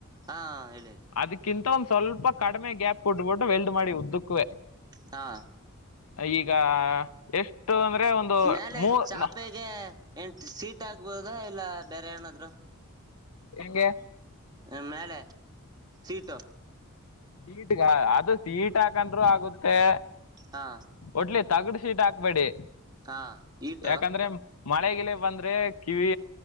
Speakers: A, on the right; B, on the left.
A: ಹಾ ಹೇಳಿ ಹೇಳಿ
B: ಅದ್ಕಿಂತ ಒಂದ್ ಸ್ವಲ್ಪ ಕಡಿಮೆ ಗ್ಯಾಪ್ ಕೊಟ್ಬಿಟ್ಟು ವೆಲ್ಡ್ ಮಾಡಿ ಉದ್ದಕ್ಕುವೆ.
A: ಹಾ.
B: ಈಗ ಎಷ್ಟು ಅಂದ್ರೆ ಒಂದು
A: ಮ್ಯಾಲೆ
B: ಮೂರ್
A: ಚಾಪೆಗೆ
B: ನ-
A: ಏನ್ ಸೀಟ್ ಹಾಕ್ಬೋದ ಇಲ್ಲ ಬೇರೆ ಏನಾದ್ರು.
B: ಹೆಂಗೆ.
A: ಆ ಮೇಲೆ ಸೀಟು
B: ಸೀಟ್ ಅದು ಸೀಟ್ ಹಾಕಂದ್ರರು ಆಗುತ್ತೆ
A: ಹಾ
B: ಒಟ್ಲಿ ತಗಡ್ ಸೀಟ್ ಹಾಕ್ಬೇಡಿ
A: ಹಾ ಈಟ
B: ಯಾಕಂದ್ರೆ ಮಳೆ ಗಿಲೆ ಬಂದ್ರೆ ಕಿವಿ